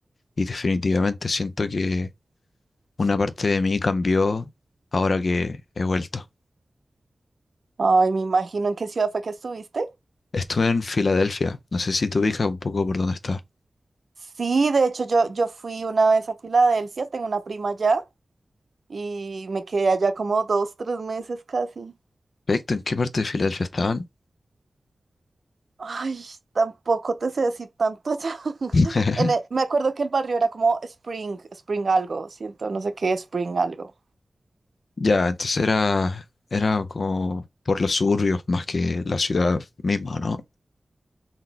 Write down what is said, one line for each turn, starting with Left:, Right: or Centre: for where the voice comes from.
Left: y definitivamente siento que Una parte de mí cambió ahora que he vuelto.
Right: Ay, me imagino en qué ciudad fue que estuviste.
Left: Estuve en Filadelfia. No sé si te ubicas un poco por dónde está.
Right: Sí, de hecho yo, yo fui una vez a Filadelfia, tengo una prima allá y me quedé allá como dos, tres meses casi.
Left: Perfecto, ¿en qué parte de Filadelfia estaban?
Right: Ay, tampoco te sé decir tanto allá. <laughs>
Left: <laughs>
Right: En e- me acuerdo que el barrio era como Spring, Spring algo, siento, no sé qué, Spring algo.
Left: Ya, entonces era, era como por los suburbios más que la ciudad misma, ¿no?